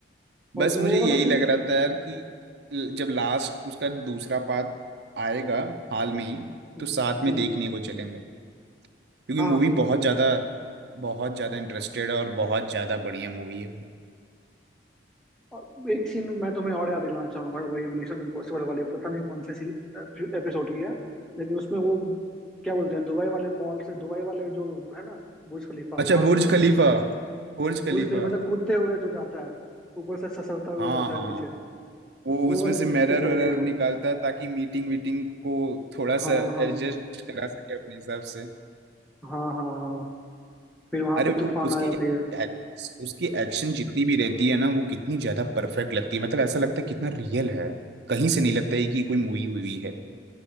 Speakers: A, in the centre; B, on the right (about 65°).
A: और
B: बस
A: वो
B: मुझे यही
A: वाला सीन
B: लग
A: है।
B: रहा था यार कि जब लास्ट उसका दूसरा पार्ट आएगा हाल में ही
A: हम्म
B: तो साथ में
A: हम्म,
B: देखने को चलेंगे क्योंकि
A: हाँ
B: मूवी
A: हाँ बिल्कुल
B: बहुत
A: बिल्कुल
B: ज्यादा बहुत ज्यादा इंटरेस्टेड है और बहुत ज्यादा बढ़िया मूवी है वो
A: और एक सीन मैं तुम्हें और याद दिलाना चाहूंगा वही मिशन इम्पॉसिबल वाले पता नहीं कौन से एपिसोड की है लेकिन उसमें वो क्या बोलते हैं दुबई वाले मॉल से दुबई वाले जो है ना बुर्ज खलीफा वहां
B: अच्छा बुर्ज
A: से वो
B: खलीफा बुर्ज खलीफा
A: बुश खलीफा से कूदते हुए जो जाता है ऊपर से ससरता हुए
B: हाँ
A: जाता
B: हाँ
A: है नीचे
B: वो
A: वो
B: उसमें
A: वाली
B: से
A: सीन
B: मिरर
A: कितनी तगड़ी
B: वरर
A: है वो
B: निकालता है ताकि मीटिंग वीटिंग को थोड़ा सा
A: हाँ हाँ
B: एडजस्ट करा सके अपने हिसाब से
A: हाँ हाँ हाँ फिर वहां
B: अरे
A: पे तूफान
B: वो उसकी
A: आ जाती
B: act-
A: है
B: उसकी एक्शन जितनी भी रहती है ना वो कितनी ज्यादा परफेक्ट लगती है मतलब ऐसा लगता है कितना रियल है कहीं से नहीं लगता है कि कोई मूवी हुई है